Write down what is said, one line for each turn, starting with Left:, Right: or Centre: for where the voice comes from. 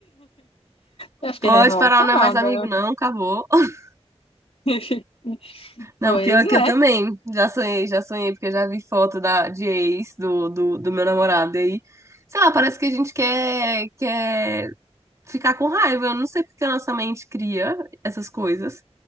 Left: Eu fiquei
Right: Pode
Left: revoltada.
Right: parar, não é mais amigo, não. Acabou. <laughs>
Left: <laughs>
Right: Não,
Left: Pois
Right: pior
Left: é.
Right: que eu também. Já sonhei, já sonhei, porque eu já vi foto da, de ex do, do, do meu namorado. E aí, sei lá, parece que a gente quer, quer ficar com raiva. Eu não sei porque a nossa mente cria essas coisas.